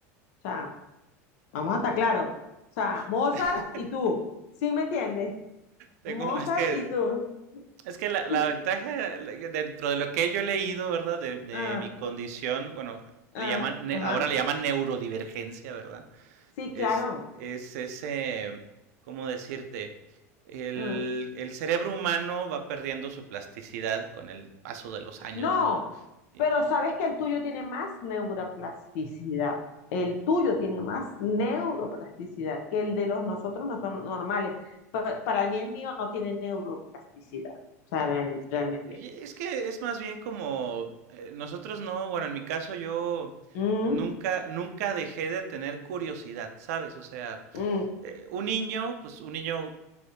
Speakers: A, on the left (about 70°); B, on the right (about 75°).
A: sea, vamos a estar claros. O sea,
B: <laughs>
A: Mozart y tú, ¿sí me entiendes?
B: Tengo,
A: Mozart
B: es que
A: y tú,
B: Es que la, la
A: sí,
B: ventaja, la- dentro de lo que yo he leído, ¿verdad? De, de
A: ah,
B: mi condición, bueno,
A: ah,
B: le llaman, ne-
A: ajá,
B: ahora le llaman neurodivergencia, ¿verdad?
A: sí,
B: Es,
A: claro.
B: es ese, ¿cómo decirte? El,
A: ah.
B: el cerebro humano va perdiendo su plasticidad con el paso de los años,
A: No,
B: ¿no? Y
A: pero sabes que el tuyo tiene más neuroplasticidad. El tuyo tiene más neuroplasticidad que el de los nosotros no son normales. Pa- para mí el mío no tiene neuroplasticidad. O sea, re-
B: es que,
A: realmente.
B: y es que es más bien como, eh, nosotros no, bueno, en mi caso yo
A: Mm,
B: nunca, nunca dejé de tener curiosidad, ¿sabes? O sea
A: mm,
B: eh, un niño, pues un niño